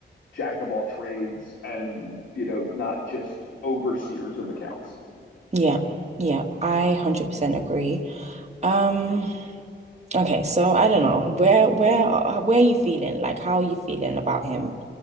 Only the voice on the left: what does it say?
jack of all trades and, you know, not just overseers of accounts.